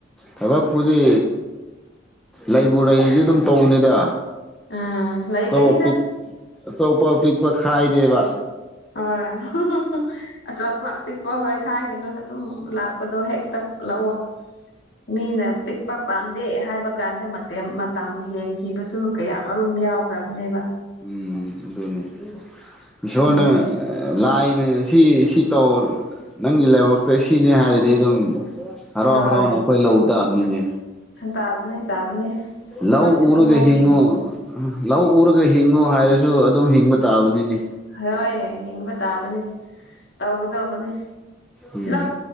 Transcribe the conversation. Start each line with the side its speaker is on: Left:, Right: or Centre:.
Centre: ꯊꯕꯛꯄꯨꯗꯤ ꯂꯩꯕꯨ ꯂꯩꯁꯨ ꯑꯗꯨꯝ ꯇꯧꯕꯅꯤꯗ
Left: ꯑꯥ ꯂꯩꯒꯅꯤꯗ
Centre: ꯆꯧ ꯄꯤꯛ ꯑꯆꯧꯕ ꯑꯄꯤꯛꯄ ꯈꯥꯏꯗꯦꯕ
Left: ꯍ <unintelligible> ꯑꯆꯧꯕ ꯑꯄꯤꯛꯄ ꯍꯣꯏ ꯈꯥꯏꯒꯅꯨ ꯑꯗꯨꯝ ꯂꯥꯛꯄꯗꯣ ꯍꯦꯛꯇ ꯂꯧꯑꯣ ꯃꯤꯅ ꯄꯤꯛꯄ ꯄꯥꯝꯗꯦ ꯍꯥꯏꯕ ꯀꯥꯟꯗ ꯃꯇꯦꯝ ꯃꯇꯝ ꯍꯦꯟꯈꯤꯕꯁꯨ ꯀꯌꯥꯃꯔꯨꯝ ꯌꯥꯎꯈ꯭ꯔꯕꯅꯦꯕ
Centre: ꯎꯝ ꯑꯗꯨꯅꯦ ꯏꯁꯣꯔꯅ
Left: ꯎꯝ
Centre: ꯂꯥꯏꯅ ꯁꯤ ꯁꯤ ꯇꯧ ꯅꯪꯒꯤ ꯂꯥꯏꯕꯛꯇ ꯁꯤꯅꯦ ꯍꯥꯏꯔꯗꯤ ꯑꯗꯨꯝ ꯍꯔꯥꯎ
Left: ꯍꯣꯏ
Centre: ꯍꯔꯥꯎꯅ ꯑꯩꯈꯣꯏ ꯂꯧ ꯇꯕꯅꯤꯅꯦ
Left: ꯇꯥꯕꯅꯦ ꯇꯥꯕꯅꯦ ꯑꯩꯈꯣꯏꯁꯨ
Centre: ꯂꯎ ꯎꯔꯒ
Left: ꯁꯨꯃꯥꯏ
Centre: ꯍꯤꯡꯉꯨ
Left: ꯍꯤꯡꯉꯤ
Centre: ꯂꯎ ꯎꯔꯒ ꯎꯝ ꯍꯥꯏꯔꯁꯨ ꯑꯗꯨꯝ ꯍꯤꯡꯕ ꯇꯥꯕꯅꯤꯅꯦ
Left: ꯍꯣꯏ ꯍꯤꯡꯕ ꯇꯥꯕꯅꯤ ꯇꯧꯒꯗꯧꯕꯅꯦ
Centre: ꯎꯝ
Left: ꯂꯧ